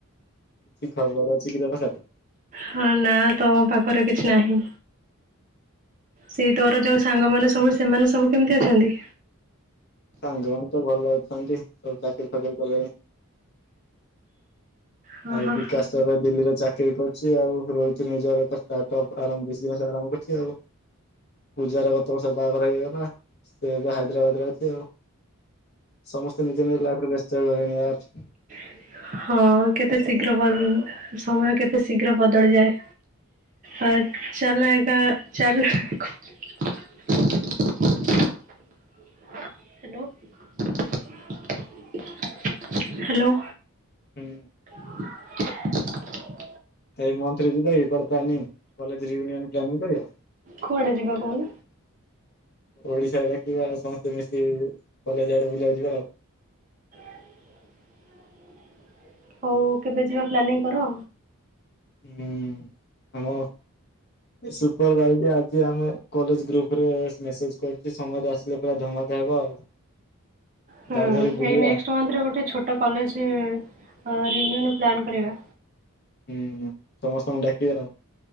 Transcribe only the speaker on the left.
କିଛି ଖବର ଅଛି କି କା ପାଖରେ
ସାଙ୍ଗ ମାନ ତ ଭଲ ଅଛନ୍ତି, ସବୁ ଚାକିରି ଫାକିରି କଲେଣି।
ଆଉ
ବିକାଶ ତ ଏବେ ଦିଲ୍ଲୀରେ ଚାକିରି ବିକ୍ରି କରୁଛି ଆଉ ରହିଛି ନିଜର ଏକାର୍ଟପ ଆର ଆରମ୍ଭ କରିୁଛି ଆଉ <unintelligible> ପୂଜାରେ ଗତ ବର୍ଷ ବାହାଘର ହେଇଗଲା ସେ ଏବେ ହାଇଦ୍ରାବାଦ ରେ ଅଛି ଆଉ ସମସ୍ତେ ନିଜ ନିଜ ଲାଇଫ ରେ ବ୍ୟସ୍ତ ହେଇଗଲେଣି ୟାର
ହୁଁ!
ଏଇ ମନ୍ତ୍ରୀ ଯିଦଇ କରତା ନିଁ <unintelligible> କଲେଜ ରିୟୁନିଅନ ପ୍ଲାନି କରିବା
ଓଡିଶାରେ ଥିବା ଆଉ ସମସ୍ତେ ମିଶିକ କଲେଜ ଆଡେ ବୁଲିବାକୁ ଯିବା ଆଉ
ହୁଁ ଆମ ସୁପର ଭାଇ ଆଜି ଆମ କଲେଜ ଗ୍ରୁପ ମେସେଜ କରୁ ସମସ୍ତେ ଆସିଲେ ପୁରା ଧ ହବ ଆଉ!
ଗାଡି ଧରି ବୁଲିବା
ହୁଁ ସମସ୍ତଙ୍କୁ ଡାକିବା ଆଉ!